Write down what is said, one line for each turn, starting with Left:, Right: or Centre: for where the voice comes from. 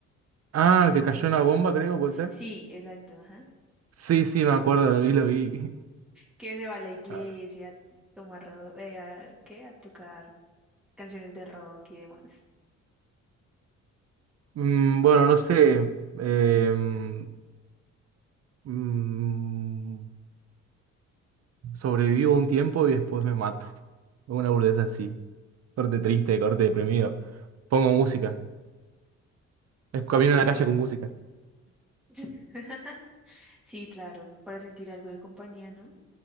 Right: Ah, que cayó una bomba, creo, ¿puede ser?
Centre: Sí, exacto, ajá.
Right: Sí, sí, me acuerdo, lo vi, lo vi. <laughs>
Centre: Que se va a la iglesia
Right: Ah,
Centre: a tomar, ro- eh, a- ¿qué? A tocar canciones de rock y demás.
Right: mm, bueno, no sé. em, mm, sobrevivo un tiempo y después me mato. Una burdeza así. Corte triste, corte deprimido. Pongo música. Es- Camino en la calle con música.
Centre: <laughs> Sí, claro, para sentir algo de compañía, ¿no?